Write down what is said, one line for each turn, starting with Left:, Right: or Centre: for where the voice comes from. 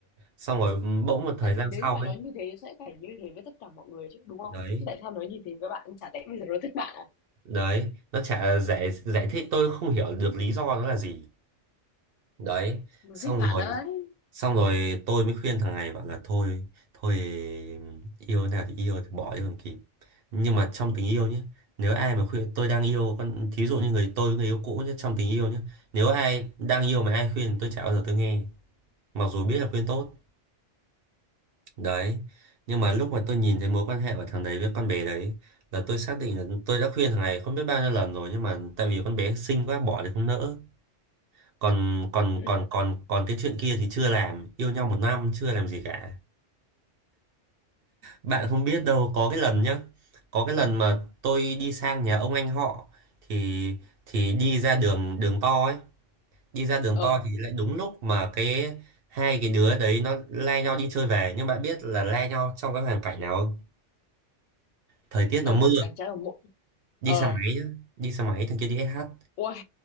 Right: xong rồi bỗng một thời
Left: Tại
Right: gian
Left: vì nếu
Right: sau
Left: như mà
Right: ấy
Left: nói như thế sẽ phải như thế với tất cả mọi người chứ, đúng không?
Right: đấy
Left: Chứ tại sao nói như thế với bạn? Chả lẽ bây giờ nó thích bạn à?
Right: đấy nó chả giải giải thích tôi không hiểu được lý do nó là gì đấy
Left: Nó
Right: xong
Left: thích bạn
Right: rồi
Left: đấy.
Right: xong rồi tôi mới khuyên thằng này bảo là thôi thôi yêu thế nào thì yêu thì bỏ đi còn kịp nhưng mà trong tình yêu nhé nếu ai mà khuyên tôi đang yêu con thí dụ như người tôi với người yêu cũ nhé trong tình yêu nhé nếu ai đang yêu mà ai khuyên tôi chả bao giờ tôi nghe mặc dù biết là khuyên tốt đấy nhưng mà lúc mà tôi nhìn thấy mối quan hệ của thằng đấy với con bé đấy là tôi xác định là tôi đã khuyên thằng này không biết bao nhiêu lần rồi nhưng mà tại vì con bé xinh quá bỏ thì không nỡ còn còn
Left: <laughs>
Right: còn còn còn cái chuyện kia thì chưa làm yêu nhau một năm chưa làm gì cả bạn không biết đâu có cái lần nhá có cái lần mà tôi đi sang nhà ông anh họ thì thì đi ra đường đường to ấy đi ra đường
Left: Ờ,
Right: to thì lại đúng lúc mà cái hai cái đứa đấy nó lai nhau đi chơi về nhưng bạn biết là lai nhau trong cái hoàn cảnh nào không? thời tiết
Left: ở
Right: nó mưa
Left: hoàn cảnh trái ở muộn.
Right: đi
Left: Ờ,
Right: xe máy nhá đi xe máy thằng kia đi SH
Left: ui,